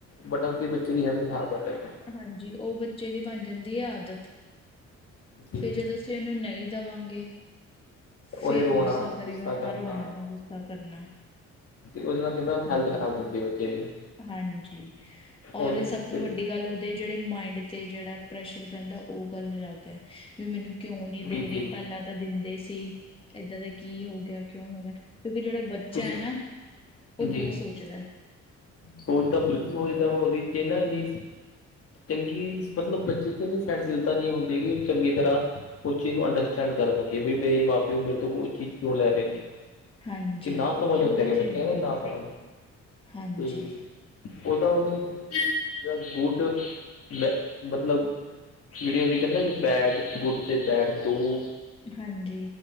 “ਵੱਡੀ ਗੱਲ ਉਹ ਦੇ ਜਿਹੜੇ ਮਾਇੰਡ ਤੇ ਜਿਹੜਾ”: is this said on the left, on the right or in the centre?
Left